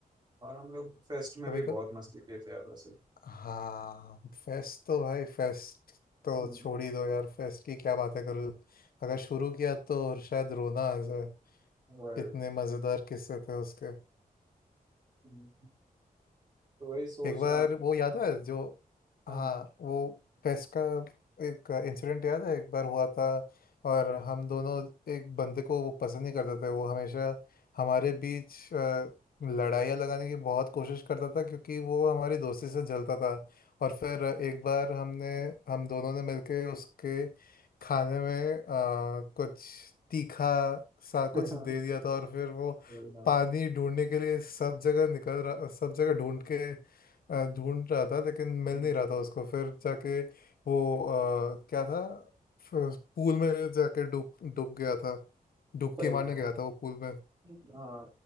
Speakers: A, on the right; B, on the left.
A: और हम लोग फेस्ट में
B: कभी
A: भी बहुत मस्ती किए थे यार वैसे <laughs>
B: हाँ फेस्ट तो भाई फेस्ट तो
A: हम्म।
B: छोड़ ही दो यार फेस्ट की क्या बातें करूँ अगर शुरू किया तो शायद रोना आ जाए
A: वही
B: इतने मजेदार किस्से थे उसके
A: हम्म। तो वही सोच
B: एक बार
A: रहा हूँ कि-
B: वो याद
A: हाँ
B: है जो
A: हाँ
B: हाँ
A: हाँ
B: वो टेस्ट का एक इंसिडेंट याद है एक बार हुआ था और हम दोनों एक बंदे को वो पसंद नहीं करते थे वो हमेशा हमारे बीच अ, लड़ाइयाँ लगाने की बहुत कोशिश करता था क्योंकि वो हमारी दोस्ती से जलता था और फिर एक बार हमने हम दोनों ने मिलके उसके खाने में अ, कुछ तीखा सा
A: <laughs>
B: कुछ दे दिया था और फिर वो
A: वही ना
B: पानी ढूंढने के लिए सब जगह निकल रहा सब जगह ढूंढ के अ, ढूंढ रहा था लेकिन मिल
A: हम्म,
B: नहीं रहा था उसको फिर जाके वो अ, क्या था फ- पूल में जाके डूब डूब गया था डुबकी
A: वही
B: मारने
A: वही
B: गया था वो पूल में
A: हाँ